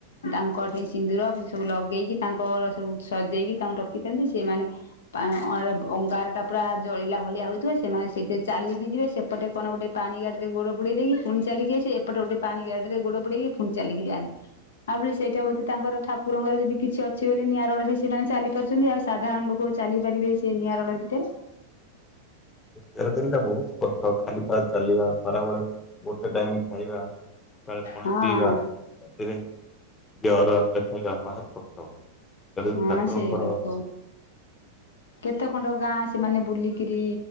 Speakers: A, on the left; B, on the left.
A: ତାଙ୍କଠେଇ ସିନ୍ଦୁର ସେ ସବୁ ଲଗେଇକି ତାଙ୍କର ସବୁ ସଜେଇକି ତାଙ୍କୁ ରଖିଥାନ୍ତି ସେମାନେ ଅଙ୍ଗାରଟା ପୁରା ଜଳିଲା ଭଳିଆ ହଉଥିବ ସେମାନେ ସେଇଥିରେ ଚାଲିକି ଯିବେ ସେ ଏପଟେ କଣ ଗୋଟେ ପାଣି ଗାଡିରେ ଗୋଡ ବୁଡେଇ ଦେଇକି ପୁଣି ଚାଲିକି ଆସିବେ ଏପଟେ ଗୋଟେ ପାଣି ଗାଡିରେ ଗୋଡ ବୁଡେଇକି ପୁଣି ଚାଲିକି ଯାଆନ୍ତି। ଆଉ ବି ସେଇଟା ହୁଏତ ତାଙ୍କର ଠାକୁରଙ୍କର ଯଦି କିଛି ଅଛି ବୋଲି ନିଆଁ ରଡରେ ସେମାନେ ଚାଲି ପାରୁଛନ୍ତି ଆଉ ସାଧାରଣ ଲୋକ ଚାଲି ପାରିବେ ସେ ନିଆଁ ରଡ ଭିତରେ?
B: ତେର ଦିନଟା ବହୁତ କଷ୍ଟ ଖାଲି ପାଦରେ ଚାଲିବା ଖରାବେଳେ ଗୋଟେ ଟାଇମ ଖାଇବା ସକାଳ ପଣା
A: ହଁ
B: ପିଇବା ସେଥିରେ ଜର ହେବା ଭାରି କଷ୍ଟ। ହେଲେ
A: ହଁ
B: ବି ଠାକୁରଙ୍କର
A: ସେ ଲୋକ କେତେ ଖଣ୍ଡ ଗାଁ ସେମାନେ ବୁଲିକିରି